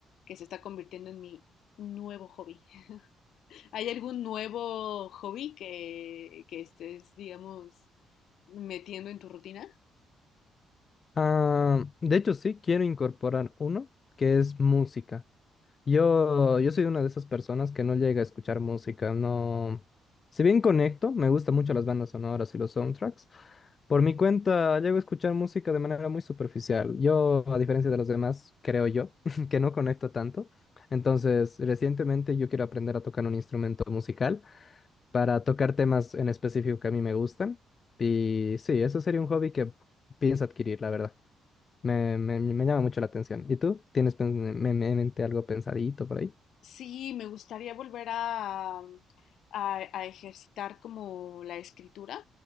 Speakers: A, on the left (about 75°); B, on the left (about 40°).
A: que se está convirtiendo en mi nuevo hobby. <laughs> ¿Hay algún nuevo hobby que, que estés, digamos, metiendo en tu rutina?
B: Ah, de hecho sí, quiero incorporar uno que es música. Yo, yo soy una de esas personas que no llega a escuchar música, no. Si bien conecto, me gustan mucho las bandas sonoras y los soundtracks. Por mi cuenta, llego a escuchar música de manera muy superficial. Yo, a diferencia de los demás, creo yo, <laughs> que no conecto tanto. Entonces, recientemente yo quiero aprender a tocar un instrumento musical para tocar temas en específico que a mí me gustan. Y sí, eso sería un hobby que pienso adquirir, la verdad. Me, me, me llama mucho la atención. ¿Y tú? ¿Tienes pen- en en mente algo pensadito por ahí?
A: Sí, me gustaría volver a, mm, a- a ejercitar como la escritura.